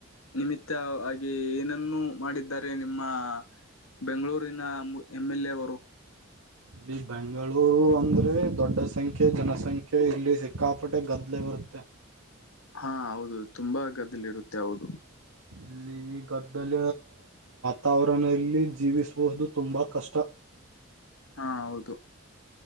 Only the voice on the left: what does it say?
ನಿಮಿತ್ತವಾಗಿಗ ಏನನ್ನ ಮಾಡಿದ್ದಾರೆ. ನಿಮ್ಮ ಬೆಂಗಳೂರಿನ ಎಂ ಎಲ್ ಎ ಅವರು.
ಹಾ ಹೌದು ತುಂಬಾ ಗದ್ದಳೆ ಇರುತ್ತೆ ಹೌದು
ಹಾ ಹೌದು